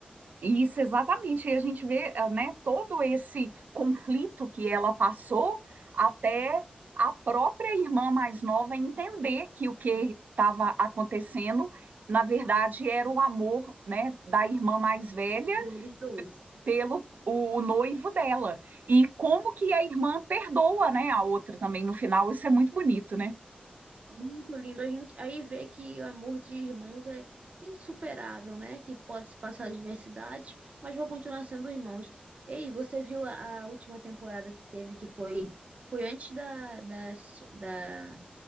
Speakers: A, on the right; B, on the right.
A: Isso, exatamente. E a gente vê, eh, né, todo esse conflito que ela passou até a própria irmã mais nova entender que o que estava acontecendo, na verdade, era o amor, né, da irmã mais velha
B: deles dois.
A: pelo o noivo dela. E como que a irmã perdoa, né, a outra também no final. Isso é muito bonito, né?
B: Muito lindo. A gente aí vê que o amor de irmãos é insuperável, né? Que pode se passar adversidades, mas vão continuar sendo irmãos. Ei, você viu a, a última temporada que teve, que foi, foi antes da, da, da,